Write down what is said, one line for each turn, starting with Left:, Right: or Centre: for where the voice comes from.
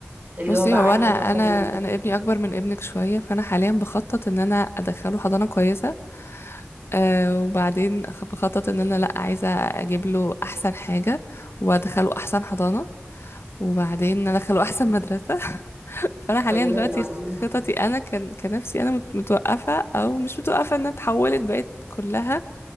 Right: اللي
Left: بصي
Right: هو بقى
Left: هو
Right: عايزه
Left: انا
Right: اطور
Left: انا
Right: من ذاتي
Left: انا ابني اكبر من ابنك شويه فانا حاليا بخطط ان انا ادخله حضانه كويسه أه وبعدين أخ- بخطط ان انا لا عايزه اجيب له احسن حاجه وادخله احسن حضانه وبعدين ادخله احسن مدرسه <laughs> فانا حاليا
Right: كلنا
Left: دلوقتي
Right: والله.
Left: خ- خططي انا كان كنفسي انا مت- متوقفه او مش متوقفه انها اتحولت بقت كلها